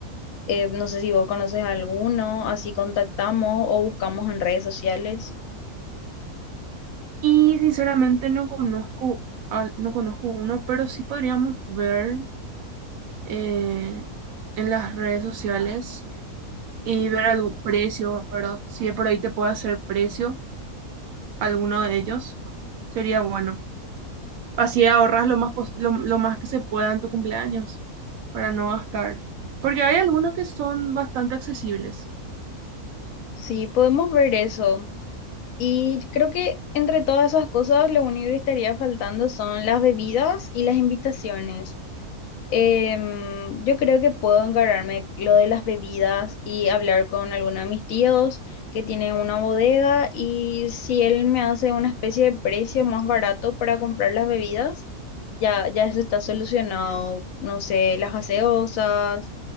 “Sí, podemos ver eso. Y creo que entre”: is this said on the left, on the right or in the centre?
Left